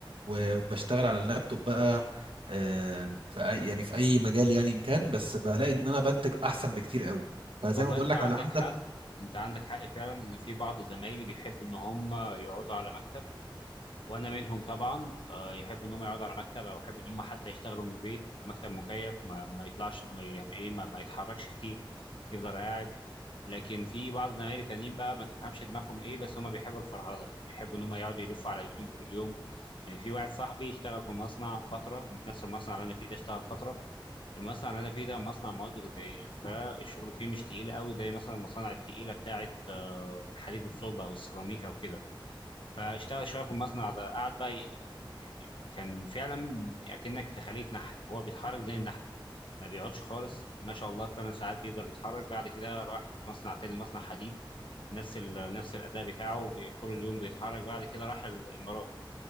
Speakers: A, on the right; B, on the left.
A: و- وبشتغل على اللابتوب بقى آه، في أي يعني في اي مجال يعني ان كان بس بلاقي ان انا بنتج احسن بكتير قوي فزي
B: والله
A: ما بقول
B: انت
A: لك
B: عندك
A: على حسب
B: حق انت عندك حق فعلا ان في بعض زمايلي بيحبوا ان هم يقعدوا على مكتب وانا منهم طبعا آه، يحبوا ان هم يقعدوا على مكتب او يحبوا ان هم حتى يشتغلوا من البيت مكتب مكيف ما, ما يطلعش ما يعني ايه ما, ما يتحركش كتير يفضل قاعد لكن في بعض زمايلي تانيين بقى ما تفهمش دماغهم ايه بس هم بيحبوا الفرهده يعني بيحبوا ان هم يقعدوا يلفوا على رجلهم طول اليوم يعني في واحد صاحبي اشتغل في مصنع فتره نفس المصنع اللي انا فيه ده اشتغل فتره المصنع اللي انا فيه ده مصنع مواد غذائيه فالشغل فيه مش تقيل قوي زي مثلا المصانع التقيله بتاعه آه، الحديد والصلب او السيراميك او كده فاشتغل شويه في المصنع ده قعد بقى ي- يعني كان فعلا اكنك في خليه نحل هو بيتحرك زي النحل ما بيقعدش خالص ما شاء الله الثمان ساعات بيفضل يتحرك بعد كده راح لمصنع تاني مصنع حديد نفس ال... نفس الاداء بتاعه بي- طول اليوم بيتحرك بعد كده راح الامارات